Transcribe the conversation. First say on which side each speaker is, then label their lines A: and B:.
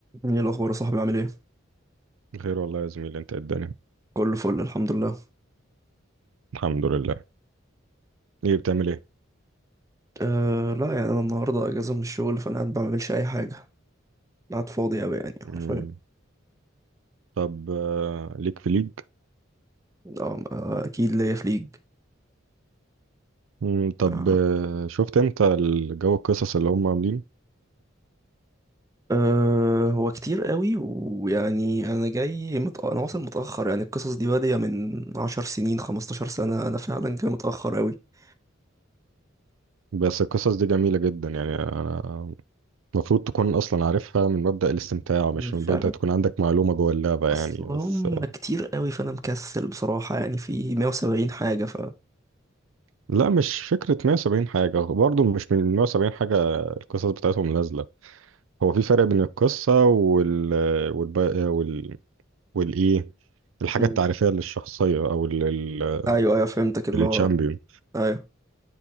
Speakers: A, on the right; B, on the right.
A: ايه الاخبار يا صاحبي عامل ايه
B: بخير والله يا زميلي انت إيه الدنيا
A: كله فل الحمد لله
B: الحمد لله ايه بتعمل ايه
A: أه لا يعني انا النهارده اجازه من الشغل فانا قاعد بعملش اي حاجه قاعد فاضي قوي يعني
B: مم.
A: حرفيا
B: طب آه، ليك في ليج
A: آه، آه، اكيد ليا في ليج
B: مم.
A: آه.
B: طب آه، شفت انت الجو القصص اللي هم عاملينه
A: أه هو كتير قوي ويعني انا جاي مت... انا واصل متاخر يعني القصص دي باديه من 10 سنين 15 سنه انا فعلا جاي متاخر قوي
B: بس القصص دي جميلة جدا يعني انا المفروض تكون اصلا عارفها من مبدأ الاستمتاع مش
A: مش
B: من مبدأ
A: عارف
B: تكون عندك معلومة جوه اللعبة يعني
A: اصل
B: بس
A: هم
B: آه،
A: كتير قوي فانا مكسل بصراحه يعني في 170 حاجه ف
B: لا مش فكرة 170 حاجة برضه مش من 170 حاجة القصص بتاعتهم نازلة هو في فرق بين القصة وال والب... آه، وال... والايه الحاجة
A: مم.
B: التعريفية للشخصية أو ال
A: ايوه ايوه فهمتك اللي
B: التشامبيون
A: هو ايوه